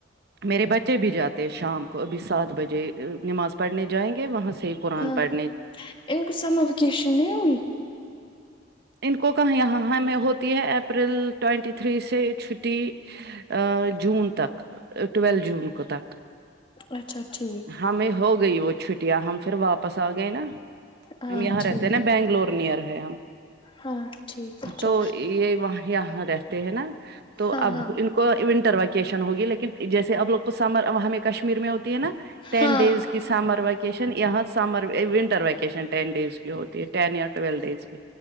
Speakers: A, on the right (about 55°); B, on the left (about 25°).
A: میرے بچے بھی جاتے ہیں شام کو ابھی سات بجے نماز پڑھنے جائیں گے وہاں سے قرآن
B: ہاں
A: پڑھنے
B: ان کو سمر ویکیشن نہیں ہوئی
A: ان کو کہ یہاں میں ہوتی ہے اپریل ٹوینٹی تھری سے چھٹی ا جون تک ٹوئلتھ جون کو تک
B: اچھا ٹھیک
A: ہمیں ہو گئی وہ چھٹیاں ہم پھر واپس آ گئے نا
B: ہاں
A: ہم یہاں رہتے
B: ٹھیک
A: نا بنگلور نیئر ہے ہم
B: ہاں ٹھیک اچھا
A: تو یہ وہاں یہاں رہتے ہیں نا تو
B: ہاں
A: اب
B: ہاں
A: ان کو ونٹر ویکیشن ہوگی لیکن جیسے اب لوگ کو سمر وہاںیں کشمیر میں ہوتی ہے نا ٹین
B: ہاں
A: ڈیز کہ سمر ویکیشن یہاں summer winter vacation ten days کی ہوتی ہے ٹین یا ٹویلو ڈیز کی